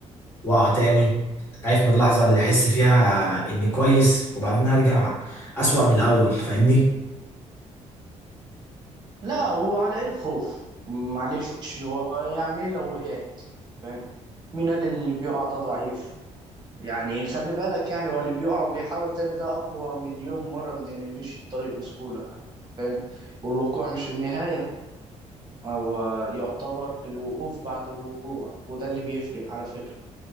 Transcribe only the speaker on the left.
واقع تاني خايف من اللحظه اللي احس فيها اني كويس وبعدين ارجع اسوأ من الاول فاهمني